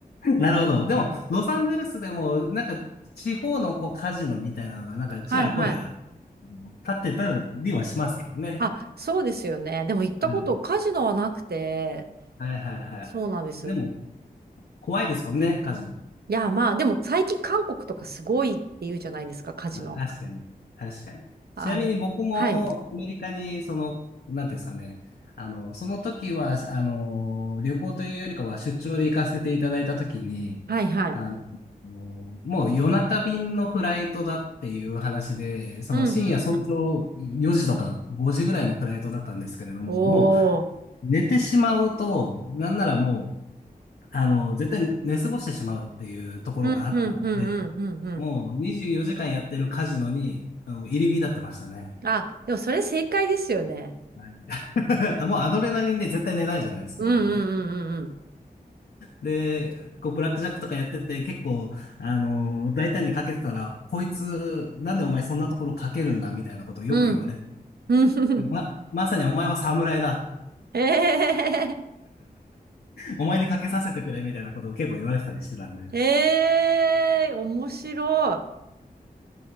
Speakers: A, on the left (about 85°); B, on the right (about 85°).
A: なるほど。でも、ロサンゼルスでも、なんか、地方のこう、カジノみたいなのが、なんか、
B: はいはい。
A: ちらほや、立ってたりはしますけどね。
B: あ、そうですよね。でも行ったこと、
A: はい、
B: カジノはなくて、
A: はい、はい、は
B: そうなんです。
A: い。でも、怖いですもんね、カジノ。
B: いや、まあ、でも最近韓国とかすごいって言うじゃないですか、カジノ。
A: まあ、確かに。確かに。ちなみに僕もアメリカに、
B: あの、はい。
A: その、なんていうんですかね。あの、その時は、あの、旅行というよりかは出張で行かせていただいた時に、
B: はいはい。
A: あの、もう夜中便のフライトだっていう話で、その深夜早朝4時とか5時ぐらいのフライトだったんですけれども、
B: うんうんうん。おー。
A: もう寝てしまうと、なんならもう、あの、絶対寝過ごしてしまうっていうところがあったんで、
B: うんうんうんうんうんうん。
A: もう24時間やってるカジノに、あの、入り浸ってましたね。
B: あ、でもそれ正解ですよね。
A: はい <laughs> あもうアドレナリンで絶対寝ないじゃないですか。
B: うんうんうんうん
A: で、こう、ブラックジャックとかやってて、結構、あの、大胆にかけてたら、こいつ、なんでお前そんなところかけるんだみたいなことをよく言われて、
B: うん。うん <laughs> うん。
A: ま、まさにお前は侍だ。
B: <laughs> ええ
A: お前にかけさせてくれみたいなことを結構言われてたりしてたんで。はい
B: ええ面白い。